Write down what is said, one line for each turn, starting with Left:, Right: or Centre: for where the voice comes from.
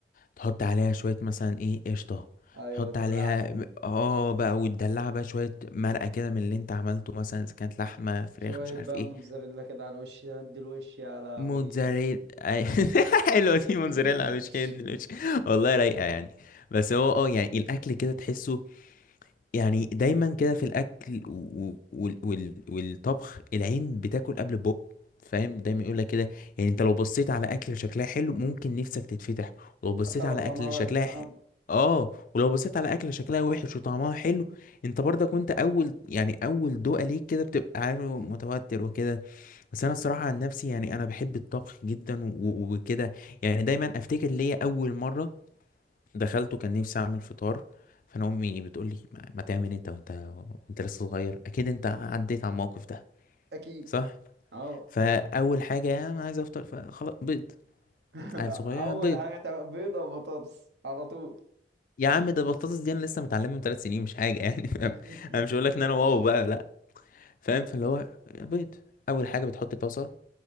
Left: تحط عليها شويه مثلا ايه قشطه
Right: ايوه
Left: تحط
Right: دلعني
Left: عليها ب- اه بقى وتدلعها بقى شويه مرقه كده من اللي انت عملته مثلا اذا كانت لحمه فراخ
Right: شويه
Left: مش عارف
Right: بقى
Left: ايه
Right: موتزاريلا كده على الوش هدي الوش يا لهوي
Left: موتزاريلا أي- <laughs> حلوه دي موتزاريلا
Right: <laughs>
Left: على وش والله رايقه يعني بس هو اه يعني الاكل كده تحسه يعني دايما كده في الاكل و- وال وال والطبخ العين بتاكل قبل البق فاهم دايما يقول لك كده يعني انت لو بصيت على اكل شكلها حلو ممكن نفسك تتفتح ولو بصيت
Right: حتى لو
Left: على
Right: طعمها
Left: اكل
Right: وحش
Left: شكلها
Right: اه
Left: ح... اه ولو بصيت على اكل شكلها وحش وطعمها حلو انت برضك وانت اول يعني اول دوقه ليك كده بتبقى عارف متوتر وكده بس انا الصراحه عن نفسي يعني انا بحب الطبخ جدا و- و- وكده يعني دايما افتكر ليا اول مره دخلت وكان نفسي اعمل فطار فانا امي بتقول لي ما ما تعمل انت وانت وانت لسه صغير اكيد انت عديت على الموقف ده
Right: اكيد
Left: صح
Right: اه
Left: فاول حاجه انا عايز افطر فخلاص بيض
Right: <laughs>
Left: عيل صغير
Right: اول
Left: بيض
Right: حاجه تعمل بيضه وبطاطس على طول
Left: يا عم ده البطاطس دي انا لسه متعلمها من ثلاث سنين مش حاجه يعني <laughs> فاهم؟
Right: <laughs>
Left: انا مش هقول لك ان انا واو بقى لا فاهم فاللي هو بيض اول حاجه بتحط طاسه